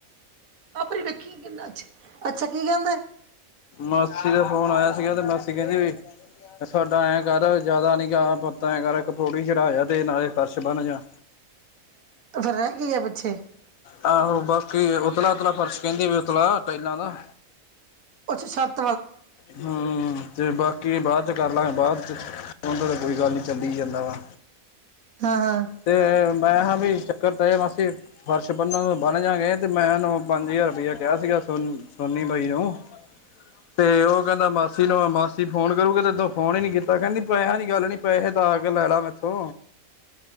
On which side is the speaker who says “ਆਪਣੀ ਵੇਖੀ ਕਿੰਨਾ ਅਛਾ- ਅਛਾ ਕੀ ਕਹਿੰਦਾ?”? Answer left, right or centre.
Right